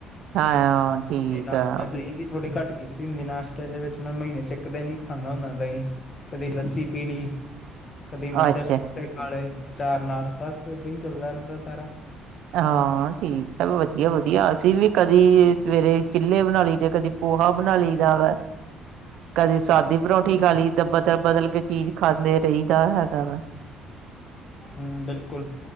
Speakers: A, on the right; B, on the left.
A: ਹਾਂ ਠੀਕ
B: ਸਬਜੀ ਨਾਲ
A: ਆ
B: ਫਾਇਦਾ ਇਹ ਵੀ ਥੋੜੀ ਘੱਟ ਕੀਤੀ ਹੁਦੀ ਨਾਸ਼ਤੇ ਦੇ ਵਿਚ, ਮੈਂ ਮਹੀਨੇ 'ਚ ਇਕ ਦਿਨ ਹੀ ਖਾਂਦਾ ਹੁੰਦਾ ਦਹੀ। ਕਦੇ ਲੱਸੀ ਪੀ ਲਈ- ਕਦੀ ਮਿਸੇ
A: ਅੱਛਾ
B: ਪਰਉਠੇ ਖਾਲੇ ਅਚਾਰ ਨਾਲ, ਬਸ ਏਦਾਂ ਹੀ ਚੱਲਦਾ ਰਹਿਦਾ ਸਾਰਾ।
A: ਹਾਂ ਠੀਕ ਹੈ, ਵਧੀਆ ਵਧੀਆ ਅਸੀ ਵੀ ਕਦੀ ਸਵੇਰੇ ਚਿਲੇ ਬਣਾ ਲਈ ਤੇ ਕਦੀ ਪੋਹਾ ਬਣਾ ਲਈ ਦਾ ਵੈ ਕਦੀ ਸਾਦੀ ਪਰੌਠੀ ਖਾ ਲਈ, ਤਾ ਬਦਲ ਬਦਲ ਕੇ ਚੀਜ਼ ਖਾਂਦੇ ਰਹੀਦਾ ਹੈਗਾ ਵਾ <inaudible>
B: ਹੂ ਬਿਲਕੁਲ-